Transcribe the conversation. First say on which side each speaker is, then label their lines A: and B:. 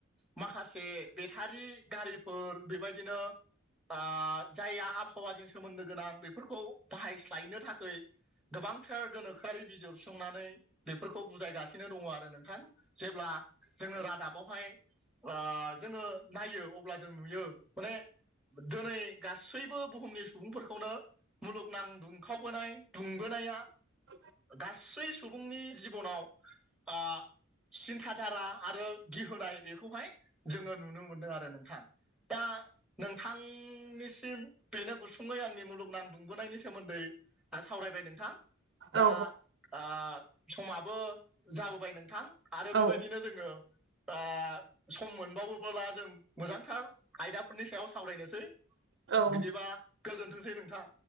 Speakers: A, in the centre; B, on the right.
A: माखासे बेटारि गारिफोर बेबायदिनो आ जायहा आबहावाजों सोमोन्दो गोनां बेफोरखौ बाहायस्लायनो थाखै गोबां थार गोनोखोयारि बि जर संनानै बेफोरखौ बुजायगासिनो दङ आरो नोंथां जेब्ला जोङो रादाब बावहाय आ जोङो नायो अब्ला जों नुयो माने दोनै गासैबो बुहुमनि सुबुंफोरखौनो मुलुगनां दुंखावबोनाय दुंबोनाया
B: <unintelligible>
A: गासै सुबुंनि जिबनाव आ सिन्था थारा आरो गिहोनाय बेखौहाय जोङो नुनो मोनदों आरो नोंथां दा नोंथांनिसिम बेनो गुसुङै आंनि मुलुगनां दुंबोनायनि सोमोन्दै सावरायबाय नोंथां दा
B: औ
A: आ समाबो जाबोबाय नोंथां आरो
B: औ
A: बेबायदिनो जोङो आ सम मोनबावोबोला जों मोजांथार आयदाफोरनि सायाव सावरायनोसै
B: औ
A: बिदिबा गोजोनथोंसै नोंथां